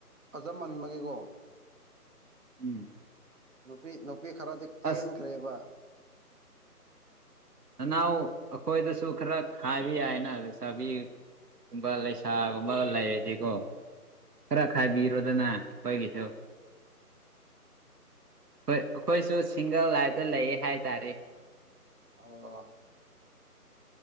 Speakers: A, on the right (about 55°); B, on the right (about 75°).
A: ꯐꯖꯃꯟꯕꯒꯤꯀꯣ
B: ꯎꯝ
A: ꯅꯨꯄꯤ ꯅꯨꯄꯤ ꯈꯔꯗꯤ ꯀꯦꯟꯈ꯭ꯔꯦꯕ
B: ꯑꯁ ꯅꯅꯥꯎ ꯑꯈꯣꯏꯗꯁꯨ ꯈꯔ ꯈꯥꯏꯕ ꯌꯥꯏꯅꯥ ꯂꯩꯁꯥꯕꯤ ꯒꯨꯝꯕ ꯂꯩꯁꯥꯒꯨꯝꯕ ꯂꯩꯔꯗꯤꯀꯣ ꯈꯔ ꯈꯥꯏꯕꯤꯔꯣꯗꯅ
A: ꯎꯝ
B: ꯈꯣꯏꯒꯤꯁꯨ ꯍꯣꯏ ꯑꯩꯈꯣꯏꯁꯨ ꯁꯤꯡꯒꯜ ꯂꯥꯏꯞꯇ ꯂꯩꯌꯦ ꯍꯥꯏꯇꯥꯔꯦ
A: ꯑꯣ